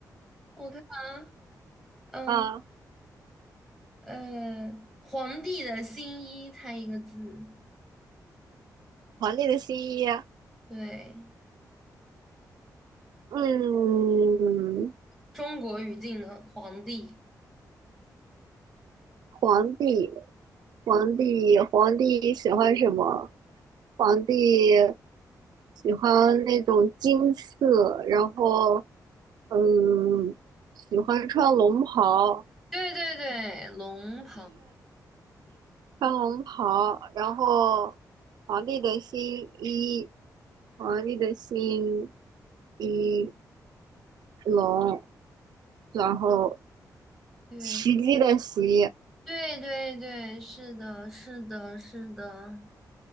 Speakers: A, in the centre; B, on the right (about 85°).
A: 我看啊，嗯
B: 啊，
A: 呃，皇帝的新衣，猜一个字。
B: 皇帝的新衣。
A: 对，
B: 嗯，
A: 中国语境的皇帝。
B: 皇帝，皇帝，皇帝喜欢什么？皇帝喜欢那种金色，然后，嗯，喜欢穿龙袍，
A: 对对对，龙袍。
B: 穿龙袍，然后皇帝的新衣，皇帝的新衣龙，然后
A: 对。
B: 袭击的袭，
A: 对对对，是的，是的，是的，